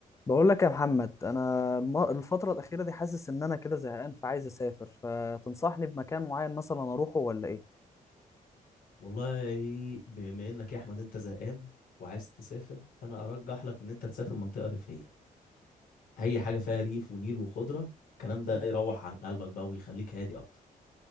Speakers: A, on the left; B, on the left.
A: بقول لك يا محمد انا الم- الفتره الاخيره دي حاسس ان انا كده زهقان فعايز اسافر فتنصحني بمكان معين مثلا اروحه ولا ايه
B: والله بما انك يا احمد انت زهقان وعايز تسافر فانا ارجح لك ان انت تسافر منطقه ريفيه اي حاجه فيها ريف ونيل وخضره الكلام ده
A: مم.
B: يروح عن قلبك بقى ويخليك هادي اكتر